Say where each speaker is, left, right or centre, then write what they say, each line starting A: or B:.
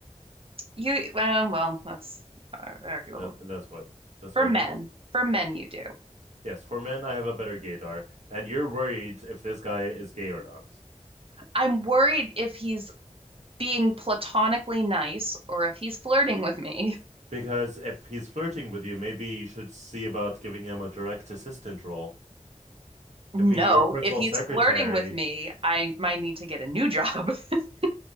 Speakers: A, on the right; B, on the right.
A: You, um, well, that's uh, arguable.
B: That, that's what. That's
A: For
B: arguable.
A: men, for men, you do.
B: Yes, for men, I have a better gaydar, and you're worried if this guy is gay or not.
A: I'm worried if he's being platonically nice or if he's flirting with me. <laughs>
B: Because if he's flirting with you, maybe you should see about giving him a direct assistant role
A: No,
B: and be your personal
A: if he's
B: secretary
A: flirting with me, I might need to get a new job. <laughs>